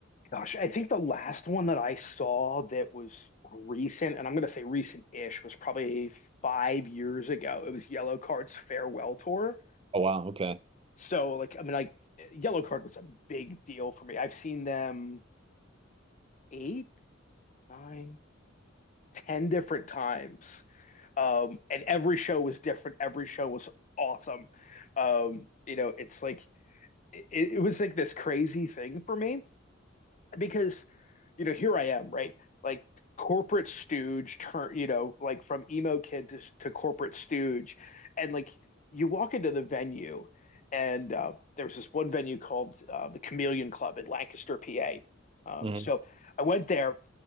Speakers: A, on the left (about 40°); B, on the right (about 25°).
A: Gosh, I think the last one that I saw that was recent, and I'm going to say recent-ish, was probably five years ago. It was Yellow Card's farewell tour.
B: Oh wow, okay.
A: So, like, I mean, like, Yellow Card was a big deal for me. I've seen them eight, nine, ten different times, um, and every show was different. Every show was awesome. Um, you know, it's like it, it was like this crazy thing for me because you know here I am, right? Like corporate stooge turn, you know, like from emo kid to to corporate stooge, and like you walk into the venue, and uh, there was this one venue called uh, the Chameleon Club in Lancaster, PA. Um,
B: Mhm.
A: so I went there,